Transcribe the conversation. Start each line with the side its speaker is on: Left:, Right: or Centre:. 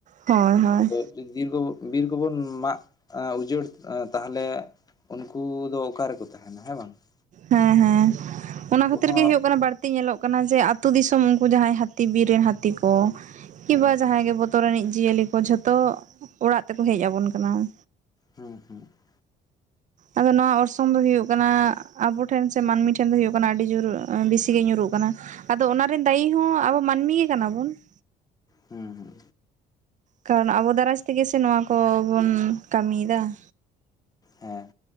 Right: ᱦᱚᱭ ᱦᱚᱭ
Left: ᱡᱩᱫᱤ ᱵᱤᱨ ᱠᱚ ᱵᱤᱨ ᱠᱚᱵᱚᱱ ᱢᱟᱜ ᱩᱡᱟᱹᱲᱼᱼᱼ ᱛᱟᱦᱚᱞᱮ ᱩᱱᱠᱩ ᱫᱚ ᱚᱠᱟ ᱨᱮᱠᱚ ᱛᱟᱦᱮᱱᱟ ᱦᱮᱸ ᱵᱟᱝ ᱾
Right: ᱦᱮᱸ ᱦᱮᱸ ᱚᱱᱟ ᱠᱷᱟᱹᱛᱤᱨ
Left: ᱦᱚᱸ
Right: ᱜᱮ ᱦᱩᱭᱩᱜ ᱠᱟᱱᱟ ᱵᱟᱹᱲᱼᱼᱼ ᱛᱤ ᱧᱮᱞᱚᱜ ᱠᱟᱱᱟ ᱡᱮ ᱟᱹᱛᱩ ᱫᱤᱥᱚᱢ ᱩᱱᱠᱩ ᱡᱟᱦᱟᱸᱭ ᱦᱟᱹᱛᱤ ᱵᱤᱨ ᱨᱮᱱ ᱦᱟᱹᱛᱤ ᱠᱚ, ᱠᱤᱜᱵᱟ
Left: ᱦᱩᱸ
Right: ᱡᱟᱦᱟᱸᱭ
Left: ᱦᱩᱸ
Right: ᱜᱮ ᱵᱚ <unintelligible> ᱟᱛᱩ ᱨᱮᱱᱤᱡ ᱡᱤᱭᱟᱹᱞᱤ ᱠᱚ ᱡᱷᱚᱛᱚ ᱚᱲᱟᱜ ᱛᱮᱠᱚ ᱦᱮᱡ ᱟᱵᱚᱱ ᱠᱟᱱᱟ ᱾
Left: ᱦᱩᱸ ᱦᱩᱸ <unintelligible>
Right: ᱟᱫᱚ ᱱᱚᱣᱟ ᱚᱨᱥᱚᱝ ᱫᱚ ᱦᱩᱭᱩᱜ ᱠᱟᱱᱟ, ᱟᱵᱚ ᱴᱷᱮᱱ ᱥᱮ ᱢᱟᱹᱱᱢᱤ ᱴᱷᱮᱱ ᱫᱚ ᱦᱩᱭᱩᱜ ᱠᱟᱱᱟ ᱟᱹᱰᱤ ᱡᱩᱨ ᱵᱮᱥᱤ ᱜᱮ ᱧᱩᱨᱩᱜ ᱠᱟᱱᱟ ᱾ ᱟᱫᱚ ᱚᱱᱟ ᱨᱮᱱ ᱫᱟᱭᱤ ᱦᱚᱸ ᱟᱵᱚ ᱢᱟᱹᱱᱢᱤ ᱜᱮ ᱠᱟᱱᱟ ᱵᱚᱱ ᱾
Left: ᱦᱩᱸ ᱦᱩᱸ
Right: ᱠᱟᱨᱚᱱ ᱟᱵᱚ ᱫᱟᱨᱟᱭ ᱛᱮᱜᱮ ᱥᱮ ᱱᱚᱣᱟ ᱠᱚᱵᱚᱱ ᱠᱟᱹᱢᱤ ᱭᱮᱫᱟ ᱾
Left: ᱦᱮᱸ